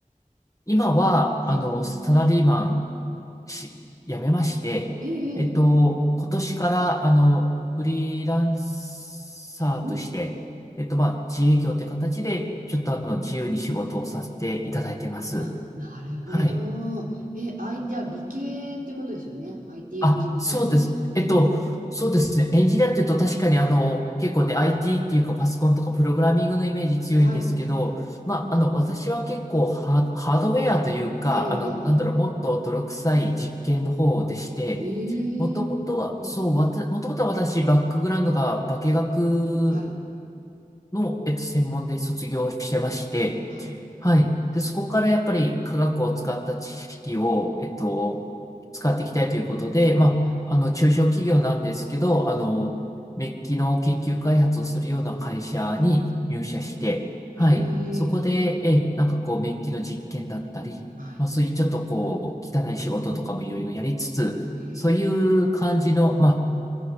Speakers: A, on the left; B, on the right.
A: 今は、
B: はい。
A: あの、サラリーマンし、辞めまして、
B: えーえ
A: えっと、今年から、あの、フリーランサーとして、
B: ー、うん。
A: えっと、まあ、自営業って形で、ちょっとあの、自由に仕事をさせていただいてます。
B: あ、なるほど。
A: はい。
B: えー、あい、じゃあ理系っていうことですよね。IT
A: あ、
B: エンジニア。
A: そうです。えっと、
B: うん。
A: そうですね。エンジニアっていうと確かにあの、結構ね、IT っていうかパソコンとかプログラミングのイメージ強いんですけど、
B: はい。
A: まあ、あの、私は結構ハ、ハードウェアというか、
B: えー、
A: あの、なんだろう、
B: え
A: もっと泥臭い実験の方でして、
B: ー、えー、
A: もともとは、
B: えーうん。
A: そう、わた、もともとは私、バックグラウンドが化学
B: はい。
A: の、えっと、専門で卒業してまして、
B: はい。
A: はい。で、そこからやっぱり科学を使った知識を、えっと、使っていきたいということで、まあ、
B: はい。
A: あの、中小企業なんですけど、あの、メッキの研究開発をするような会社に入社して、
B: ええ
A: はい。そこで、え、なんかこう、メッキの実験だったり、
B: はい。
A: まあ、そういうちょっとこう、汚い仕事とかもいろいろやりつつ、
B: ええ
A: そういう感じの、まあ、